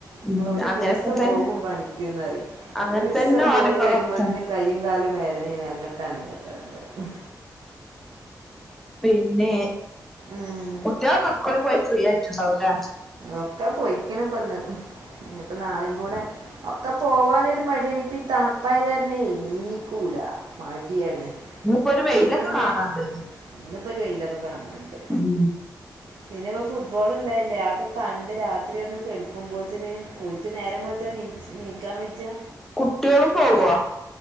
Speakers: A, in the centre; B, on the right (about 85°).
A: ഉം
B: നിങ്ങ ഒരു
A: അങ്ങനൊക്കെ
B: ദിവസം
A: തന്നെ
B: പോകും പണിക്ക്ന്നറി
A: അങ്ങനെ
B: ഒരുവസം
A: തന്നെ ഓലൊക്കെ
B: പോയി വരുമ്പോത്തിന്
A: വർത്താനം
B: കയ്യും കാലും വേദനാണ് അങ്ങട്ടാണ് ഇങ്ങട്ടാണ് പറയും.
A: പിന്നെ,
B: ഉം
A: കുട്ട്യോളോക്കെ ഉക്കൂളിൽ പോയി ഫ്രീ ആയിറ്റിണ്ടാവുല്ലെ?
B: ഒക്കെ പൊയ്ക്കിണ് ഇപ്പന്ന്. ഇനിപ്പ നാളീം കൂടെ ഒക്കെ പോവാനൊരു മടിയാണ് ഇപ്പ ഈ തണുപ്പായകാരണെ ഇണീക്കൂല, മടിയാണ്.
A: ഇന്നിപ്പോ ഒരു വെയിലൊക്കെ
B: പിന്നെ,
A: കാണാണ്ട്
B: ഇന്നിപ്പൊ ഒരു വെയിലൊക്കെ കാണാന്ണ്ട്.
A: ഉം
B: പിന്നെ ഇപ്പൊ ഫുട്ബോൾള്ള അല്ലേ അഒക്കെ കണ്ട് രാത്രി ഒന്ന് കെടുക്കുമ്പോത്തിന് ഓലിക്ക് നേരം വെളുത്താനീ നീക്കാ വിച്ചാ
A: കുട്ട്യാളും പോവോ